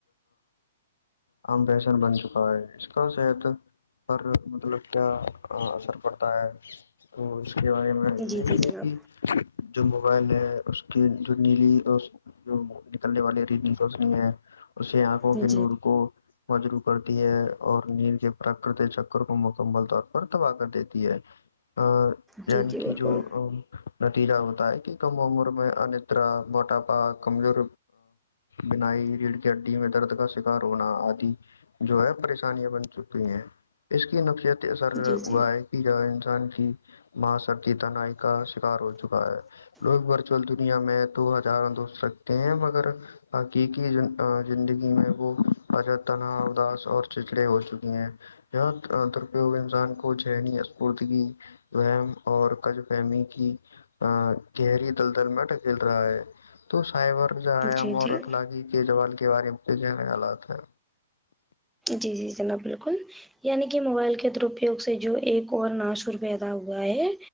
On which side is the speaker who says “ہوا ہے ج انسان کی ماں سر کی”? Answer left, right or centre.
Left